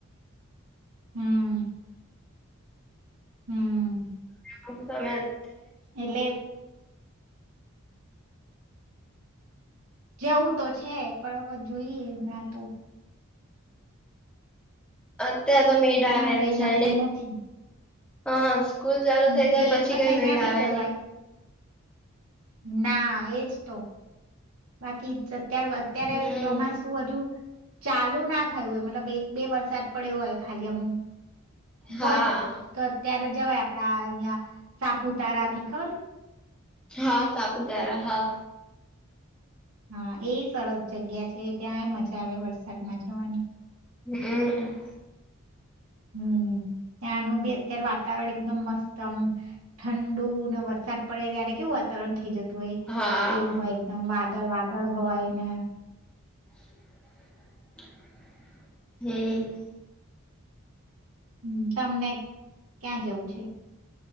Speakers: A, on the right; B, in the centre.
A: હમ્મ. હમ્મ.
B: <unintelligible> સમય
A: એટલે જવું તો છે પણ અવર જોઈએ હમણાં તો
B: અ. અ ત્યાં તો મેડા
A: હમણાં
B: આવે એમ
A: કઈ
B: છે
A: નક્કી
B: નહી.
A: નથી
B: હા. સ્કૂલ ચાલુ
A: હમ
B: થઇ જાય
A: એ
B: પછી કઈ
A: અહિયાં
B: મેળ
A: બી
B: આવે
A: જવાય
B: નહીં.
A: ના એજ તો બાકી અત્યારે અત્યારે
B: હમ
A: ચોમાસું હજુ ચાલુ ના થયું હોય મતલબ એક બે વરસાદ પડ્યો હોય ખાલી એમ. તો
B: હા
A: જ તો અત્યારે જ જવાય આપડા અહિયાં સાપુતારા બી ખબર
B: હા સાપુતારા હા.
A: હા એ સરસ જગ્યા છે ત્યાંય મજા આવે વરસાદમાં જવાની
B: હમ
A: હમ ત્યાંનું બી અત્યારે વાતાવરણ એકદમ મસ્ત આમ ઠંડુ ને વરસાદ પડે ત્યારે કેવું વાતાવરણ થઇ જતું.
B: હા
A: એવું હોય એકદમ વાત અંદર વાદળ હોય ને
B: <unintelligible> હમ
A: હમ્મ તમને ક્યાં જવું છે?